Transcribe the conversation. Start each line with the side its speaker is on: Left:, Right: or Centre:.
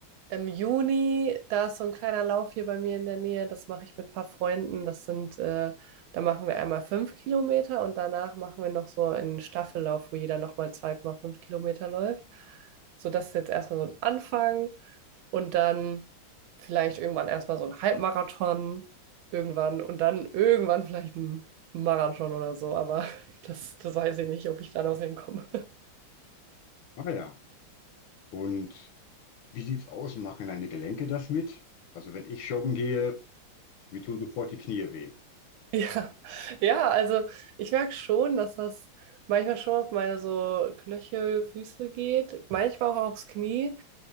Right: im Juni, da ist so ein kleiner Lauf hier bei mir in der Nähe. Das mache ich mit ein paar Freunden. Das sind, äh, da machen wir einmal fünf Kilometer und danach machen wir noch so einen Staffellauf, wo jeder nochmal zwei Komma fünf Kilometer läuft. So, das ist jetzt erstmal so ein Anfang und dann vielleicht irgendwann erstmal so ein Halbmarathon irgendwann und dann irgendwann vielleicht ein Marathon oder so. Aber <laughs> das, das weiß ich nicht, ob ich da noch hinkomme.
Left: Ah ja, und wie sieht's aus? Machen deine Gelenke das mit? Also wenn ich joggen gehe, mir tun sofort die Knie weh.
Right: Ja, ja, also ich merke schon, dass das manchmal schon auf meine so Knöchel, Füße geht, manchmal auch aufs Knie.